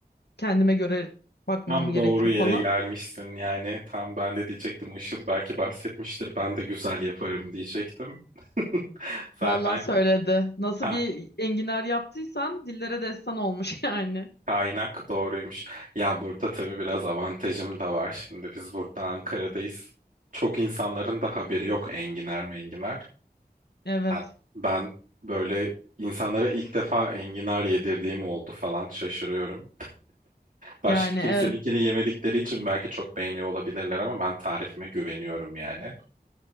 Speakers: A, on the left; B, on the right.
A: Kendime göre bakmam
B: Tam
A: gerekiyor
B: doğru yere
A: falan.
B: gelmişsin yani. Tam ben de diyecektim Işıl belki bahsetmiştir. Ben de güzel yaparım diyecektim. <laughs> Zaten
A: Vallahi söyledi. Nasıl
B: ka-
A: bir enginar yaptıysan dillere destan olmuş <laughs> yani.
B: kaynak doğruymuş. Ya burada tabii biraz avantajım da var. Şimdi biz burada Ankara'dayız. Çok insanların da haberi yok enginar menginar.
A: Evet.
B: Ben, ben böyle insanlara ilk defa enginar yedirdiğim oldu falan şaşırıyorum. Başka
A: Yani
B: kimseninkini
A: evet.
B: yemedikleri için belki çok beğeniyor olabilirler ama ben tarifime güveniyorum yani.